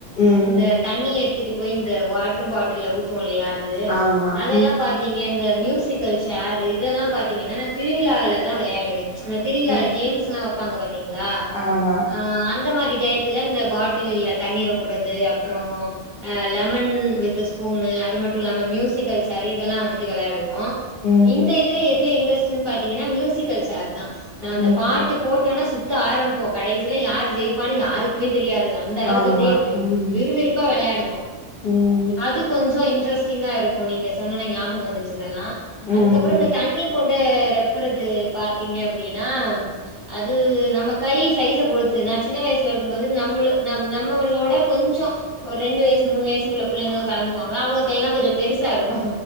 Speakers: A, on the left; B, on the right.
A: ம்.
B: இந்த தண்ணி எடு த்துட்டு போய் இந்த வாட்டர் பாட்டில ஊத்துவோ இல்லயா து
A: ஆமா.
B: அதெல்லா
A: ம்,
B: பாத்தீங்க இந்த மியூசிக்கல் சேரு இதெல்லா பாத்தீங்கன்னா நா திருவிழால தா விளையாடுவேன் அந்த திருவிழால
A: ம்.
B: கேம்ஸ்லாம் வை ப்பாங்க பாத்தீங்களா
A: ஆமா.
B: ஆ ஆன் இந்த மாரி டயத்துல இந்த பாட்டில்ல தண்ணீர் நொப்புறது அப்றோ லெமன் வித் ஸ்பூனு அது மட்டும் இல்லாம மியூசிக்கல் சேரு இதெல்லா வந்துட்டு விளையாடுவோம்
A: ம்,
B: இந்த இதுல எதுல இன்ட்ரஸ் ட்னு பாத்தீங்கன்னா மியூசிக்கல் சேர் தான் நா அந்த
A: ம்.
B: பாட்டு சுத்து ஆரம்பிப்போ கடைசில யார் ஜெயிப்பான்னு யாருக்குமே தெரியாது அந்த அளவுக்கு
A: ஆமா.
B: அப்டியே
A: ம்,
B: விறுவிறுப்பா விளையாடுவோம்
A: ம்,
B: அது கொஞ்சோ இன்ட்ரெஸ் டிங்கா இருக்கும் நீங்க சொன்னனே ஞாபம் வந்துச்சு இதல்லா
A: ம்.
B: அதுக்கப்புறோ இங்க தண்ணி கொண் டு ரெப்புறது பாத்தீங்க அப்டின்னா அது நம்ம கை சைஸ பொருத்து நா சின்ன வயசுல இருக்கும் போது நம்மள நம் நம்மவளோட கொஞ்சோ ஒரு ரெண்டு வயசு மூணு வயசு உள்ள புள்ளைங்களு கலந்துக்கவாங்களா அவங்க கையெல்லா கொஞ்ச பெருசா இருக்கு